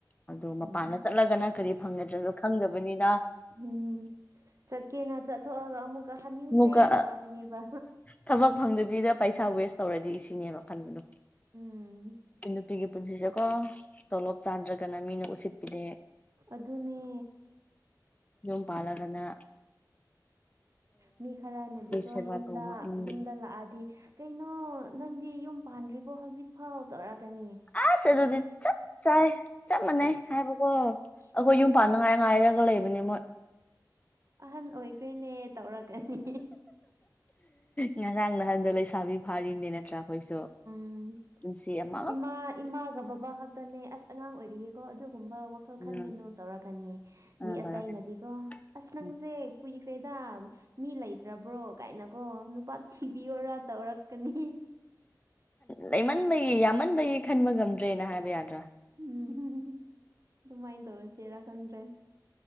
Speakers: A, on the left (about 20°); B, on the right (about 45°).
A: ꯑꯗꯨ
B: ꯎꯝ
A: ꯃꯄꯥꯟꯗ ꯆꯠꯂꯒꯅ ꯀꯔꯤ ꯐꯪꯒꯗ꯭ꯔꯁꯨ ꯈꯪꯗꯕꯅꯤꯅ
B: ꯎꯝ ꯆꯠꯀꯦꯅ ꯆꯠꯊꯣꯛꯑꯒ ꯑꯃꯨꯛꯀ ꯍꯟꯅꯤꯡꯈ꯭ꯔꯦ
A: ꯑꯃꯨꯛꯀ
B: ꯇꯧꯔꯛꯀꯅꯦꯕ
A: ꯊꯕꯛ ꯐꯪꯗꯕꯤꯗ ꯄꯩꯁꯥ ꯋꯦꯁ ꯇꯧꯔꯗꯤ ꯏ ꯁꯤꯅꯦꯕ ꯈꯟꯕꯅꯨ
B: ꯎꯝ
A: ꯅꯨꯄꯤꯒꯤ ꯄꯨꯟꯁꯤꯁꯦꯀꯣ ꯇꯣꯂꯣꯞ ꯆꯥꯗ꯭ꯔꯒꯅ ꯃꯤꯅ ꯎꯁꯤꯠꯄꯤꯅꯦ
B: ꯑꯗꯨꯅꯦ
A: ꯌꯨꯝ ꯄꯥꯂꯒꯅ
B: ꯃꯤ ꯈꯔꯅꯗꯤꯀꯣ
A: ꯁꯦꯕꯥ
B: ꯌꯨꯝꯗ
A: ꯇꯧꯕ ꯎꯝ
B: ꯌꯨꯝꯗ ꯂꯥꯛꯑꯗꯤ ꯀꯩꯅꯣ ꯅꯪꯗꯤ ꯌꯨꯝ ꯄꯥꯟꯗ꯭ꯔꯤꯕꯣ ꯍꯧꯖꯤꯛꯐꯥꯎ ꯇꯧꯔꯛꯒꯅꯤ
A: ꯑꯁ ꯑꯗꯨꯗꯤ ꯆꯞ ꯆꯥꯏ ꯆꯞ ꯃꯥꯟꯅꯩ ꯍꯥꯏꯕꯀꯣ ꯑꯩꯈꯣꯏ
B: ꯎꯝ
A: ꯌꯨꯝ ꯄꯥꯟꯅꯉꯥꯏ ꯉꯥꯏꯔꯒ ꯂꯩꯕꯅꯦ ꯃꯣꯏ
B: ꯑꯍꯟ ꯑꯣꯏꯈ꯭ꯔꯦꯅꯦ ꯇꯧꯔꯛꯀꯅꯤ
A: ꯉꯔꯥꯡ ꯅꯍꯥꯟꯗꯣ ꯂꯩꯁꯥꯕꯤ ꯐꯥꯔꯤꯅꯦ ꯅꯠꯇ꯭ꯔꯥ ꯑꯩꯈꯣꯏꯁꯨ
B: ꯎꯝ
A: ꯅꯨꯡꯁꯤ ꯑꯃ
B: ꯏꯃꯥ ꯏꯃꯥꯒ ꯕꯕꯥ ꯈꯛꯇꯅꯦ ꯑꯁ ꯑꯉꯥꯡ ꯑꯣꯏꯔꯤꯌꯦꯀꯣ ꯑꯗꯨꯒꯨꯝꯕ ꯋꯥꯈꯜ
A: ꯎꯝ
B: ꯈꯟꯒꯅꯨ ꯇꯧꯔꯛꯀꯅꯤ
A: ꯑꯗꯨꯅ
B: ꯃꯤ ꯑꯇꯩꯅꯗꯤꯀꯣ
A: ꯇꯧꯔꯛꯀꯅꯤ
B: ꯑꯁ ꯅꯪꯁꯦ
A: ꯎꯝ
B: ꯀꯨꯏꯈ꯭ꯔꯦꯗ ꯃꯤ ꯂꯩꯇ꯭ꯔꯕ꯭ꯔꯣ ꯀꯥꯏꯅꯀꯣ ꯅꯨꯄꯥ ꯊꯤꯕꯤꯌꯣꯔ ꯇꯧꯔꯛꯀꯅꯤ
A: ꯂꯩꯃꯟꯕꯒꯤ ꯌꯥꯝꯃꯟꯕꯒꯤ ꯈꯟꯕ ꯉꯝꯗ꯭ꯔꯦꯅ ꯍꯥꯏꯕ ꯌꯥꯗ꯭ꯔꯥ
B: ꯎꯝ ꯑꯗꯨꯃꯥꯏꯅ ꯇꯧꯔꯁꯦꯔꯥ ꯈꯪꯗ꯭ꯔꯦ